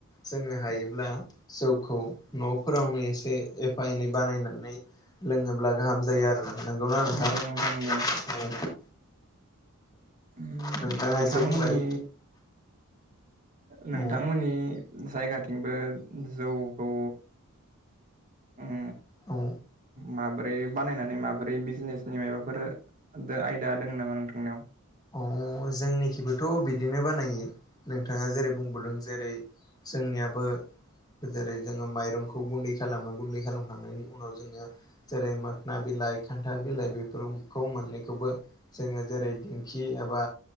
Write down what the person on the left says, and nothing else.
जोङो हायोब्ला जौखौ नफोरावनो एसे एफा एनै बानायनानै लोङोब्ला गाहाम जायो आरो ना नंगौना नोंथां?
नोंथाङा
एसे बुंलाय
औ
औ
औ जोंनिखिबोथ‌' बिदिनो बानायो नोंथाङा जेरै बुंबोदों जेरै जोंनियाबो जेरै जोङो माइरंखौ गुन्दै खालामो गुन्दै खालामखांनायनि उनाव जोङो जेरै मोखोना बिल लाइ खान्थाल बिलाइ बेफोरो मोननै खौबो जोङो जेरै दिंखि एबा